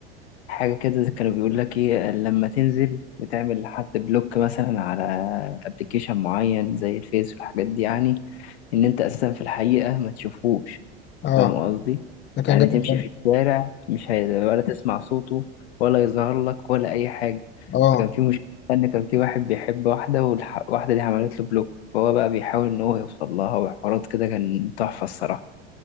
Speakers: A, on the left; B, on the left.
A: حاجة كده كانوا بيقول لك إيه آه، لما تنزل وتعمل لحد بلوك مثلا على أبلكيشن معين زي الفيس والحاجات دي يعني إن أنت أساسا في الحقيقة ما تشوفوش
B: اه
A: فاهم قصدي؟
B: ده كان
A: يعني
B: جامد
A: تمشي
B: أوي.
A: في الشارع مش هي... ولا تسمع صوته ولا يظهر لك ولا أي حاجة
B: اه
A: فكان في مشكلة إن كان في واحد بيحب واحدة والواحدة دي عملت له بلوك فهو بقى بيحاول إن هو يوصل لها وحوارات كده كان تحفة الصراحة